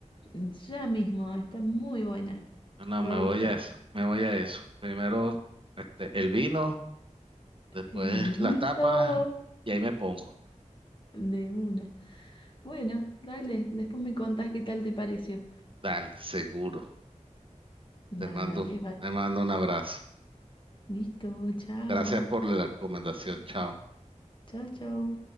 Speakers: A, on the left; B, on the right.
A: ya mismo, está muy buena,
B: Ah, No,
A: te
B: me
A: va a gustar.
B: voy a eso, me voy a eso. Primero, este, el vino, después
A: El vinito
B: las tapas, y ahí me pongo.
A: de una. Bueno, dale, después me contás qué tal te pareció.
B: Dale, seguro.
A: Dale,
B: Te mando,
A: vale.
B: te mando un abrazo.
A: Listo, chao.
B: Gracias por la recomendación, chao.
A: Chao, chao.